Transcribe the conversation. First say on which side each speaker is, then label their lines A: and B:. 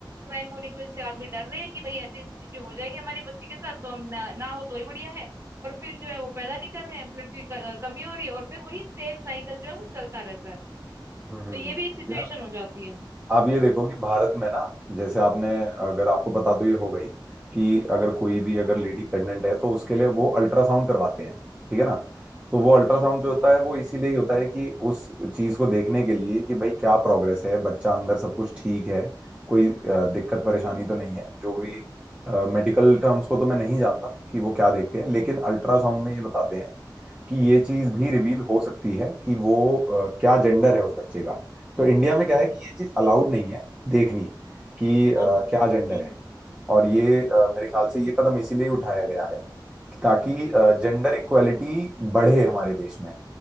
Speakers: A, on the right; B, on the right.
A: क्राइम होने की वजह से आदमी डर रहे हैं कि भाई ऐसी ऐसी चीजें हो जाएंगी हमारी बच्ची के साथ तो हम ना, ना हो तो ही बढ़िया है और फिर जो है वो पैदा नहीं कर रहे हैं ब्लड की क- कमी हो रही है और फिर वही सेम साइकिल जो है वो चलता रहता है
B: हम्म, हम्म,
A: तो ये भी एक सिचुएशन
B: हम्म।
A: हो जाती है
B: आप ये देखो कि भारत में ना जैसे आपने अगर आपको पता तो ये हो गई कि अगर कोई भी अगर
A: हाँ हाँ
B: लेडी प्रेग्नेंट है तो उसके लिए वो अल्ट्रासाउंड करवाते हैं ठीक है ना तो वो अल्ट्रासाउंड
A: हाँ हाँ
B: जो होता
A: हाँ
B: है वो इसीलिए ही होता है कि उस चीज को देखने के लिए कि भाई क्या प्रोग्रेस है बच्चा अंदर सब कुछ ठीक है कोई अ, दिक्कत परेशानी
A: हम्म
B: तो नहीं है जो भी मेडिकल टर्म्स को तो मैं नहीं जानता कि वो क्या देखते हैं लेकिन अल्ट्रासाउंड
A: हम्म हम्म,
B: में ये बताते हैं कि ये चीज भी रिवील हो सकती है कि वो अ, क्या जेंडर है उस बच्चे का तो इंडिया में क्या है कि ये चीज अलाउड
A: बिल्कुल
B: नहीं है देखनी कि अ,
A: हाँ हाँ हम्म
B: क्या जेंडर
A: हम्म,
B: है और ये अ, मेरे ख्याल से ये कदम इसीलिए उठाया गया है कि ताकि जेंडर इक्वेलिटी बढ़े हमारे देश में